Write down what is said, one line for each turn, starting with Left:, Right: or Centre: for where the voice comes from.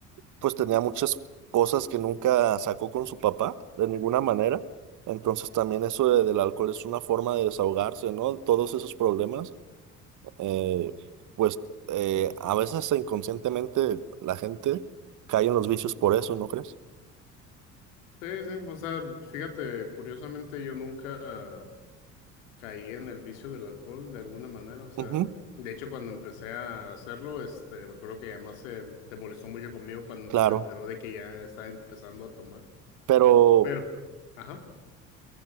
Right: pues tenía muchas cosas que nunca sacó con su papá, de ninguna manera. Entonces también eso de- del alcohol es una forma de desahogarse, ¿no? Todos esos problemas, eh, pues eh, a veces hasta inconscientemente la gente cae en los vicios por eso, ¿no crees?
Left: sí, sí, o sea, fíjate, curiosamente yo nunca caí en el vicio del alcohol de alguna manera, o sea,
Right: Ujú,
Left: de hecho cuando empecé a hacerlo, este, me acuerdo que además se, te molestó mucho conmigo cuando
Right: claro,
Left: se enteró de que ya estaba empezando a tomar,
Right: pero
Left: pero... Ajá.